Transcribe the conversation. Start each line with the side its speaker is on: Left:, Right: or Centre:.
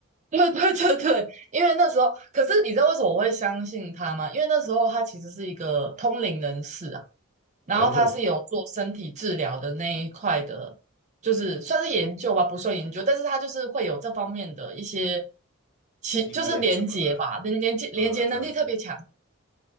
Right: 对对对对，因为那时候，可是你知道为什么我会相信他吗？因为那时候他其实是一个通灵人士啊。然后他是有做身体治疗的那一块的，
Left: 哦，
Right: 就是算是研究吧，不算研究，但是他就是会有这方面的一些，其就是连接吧，
Left: 经验什么的，
Right: 连连接连接能力特别强。
Left: 呃，这样子。